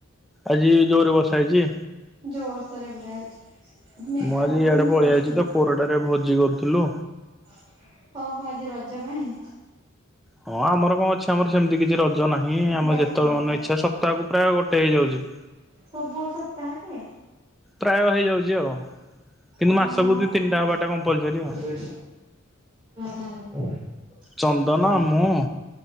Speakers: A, in the centre; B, on the right.
A: ଆଜି ଜୋରରେ ବର୍ଷା ହେଇଛି?
B: ଜୋରସରେ ପୁରା ହେଇଛି। ମେଘ
A: ମୁଁ ଆଜି
B: ପବନ୍
A: ଇଆଡେ ପଳେଇ
B: ଜୋରସରେ।
A: ଆଇଛି ତ କୋରଡାରେ ଭୋଜି କରୁଥିଲୁ।
B: ହ ହ ଆଜି ରଜ ପାଇଁ।
A: ହଁ ଆମର କଣ ଅଛି ଆମର ସେମିତି କିଛି ର ଜ ନାହିଁ ଆମ
B: ବ୍ୟାଚଲର
A: ଯେତେବେଳେ ମାନ
B: ପାର୍ଟି
A: ଇଚ୍ଛା ସପ୍ତାହକୁ ପ୍ରାୟ ଗୋଟେ ହେଇଯାଉଛି।
B: ସବୁ ସପ୍ତାହରେ।
A: ପ୍ରାୟ ହେଇଯାଉଛି ଆଉ। କିନ୍ତୁ
B: ଓହୋ
A: ମାସକୁ ଦି ତିନିଟା
B: ଭଲ
A: ହବାଟା କମ୍ପଲସରି ଆଉ।
B: ତାହେଲେ।
A: ଚନ୍ଦନ
B: କଣ
A: ମୁଁ